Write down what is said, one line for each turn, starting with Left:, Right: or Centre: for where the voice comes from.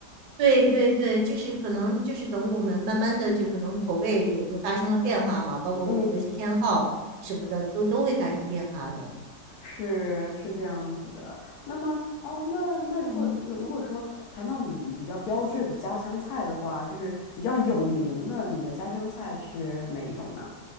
Right: 对对对，就是可能就是等我们慢慢的就可能口味也就发生了变化嘛，
Left: <laughs>
Right: 包括我们的偏好什么的都都会发生变化的，
Left: 嗯。是是这样子的。那么哦，那那如果如如果说谈到你比较标志的家乡菜的话，
Right: 嗯
Left: 就是比较有名的，
Right: 嗯。
Left: 你的家乡菜是哪一种呢？